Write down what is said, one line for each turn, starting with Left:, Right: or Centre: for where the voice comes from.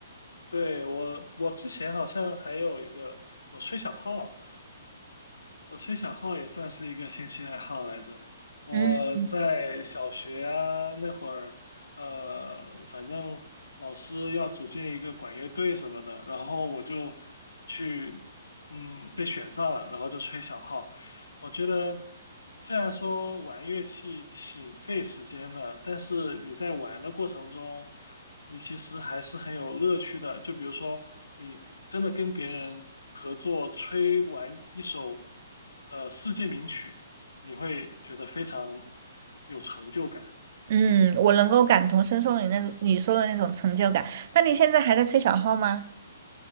Left: 对，我，我之前好像还有一个，我吹小号，我吹小号也算是一个兴趣爱好来的。我在小学啊那会儿，
Right: 嗯
Left: 呃，反正老师要组建一个管乐队什么的，然后我就去，嗯，被选上了，然后就吹小号。我觉得虽然说玩乐器挺费时间的，但是你在玩的过程中，你其实还是很有乐趣的。就比如说，你真的跟别人合作吹完一首呃世界名曲，你会觉得非常有成就感。
Right: 嗯，我能够感同身受你那种你说的那种成就感。那你现在还在吹小号吗？